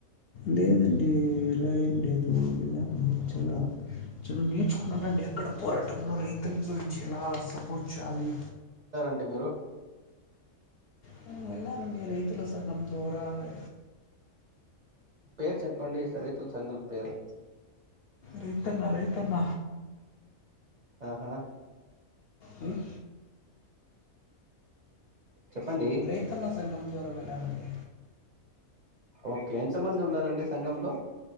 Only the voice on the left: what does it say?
లేదండి ఎలా ఏం లేదు వెళ్ళామండి చాలా చను నేర్చుకున్నానండి ఎక్కడ పోరాటంలో రైతుల గురించి ఎలా సపోర్ట్ చేయాలి
నేను వెళ్ళనండి రైతుల సంగం దూరవే
రైతన్న రైతన్న
ఉమ్
రైతన్న సంఘం ద్వారా వెళ్ళానండి